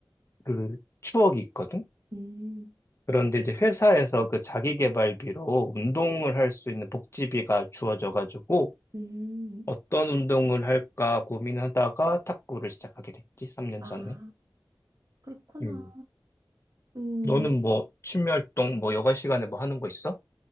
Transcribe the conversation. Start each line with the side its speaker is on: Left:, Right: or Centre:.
Left: 그 추억이 있거든?
Right: 음,
Left: 그런데 이제 회사에서 그 자기계발비로 운동을 할 수 있는 복지비가 주어져가지고
Right: 음.
Left: 어떤 운동을 할까 고민하다가 탁구를 시작하게 됐지, 3년
Right: 아,
Left: 전에.
Right: 그렇구나.
Left: 음.
Right: 음
Left: 너는 뭐 취미 활동 뭐 여가 시간에 뭐 하는 거 있어?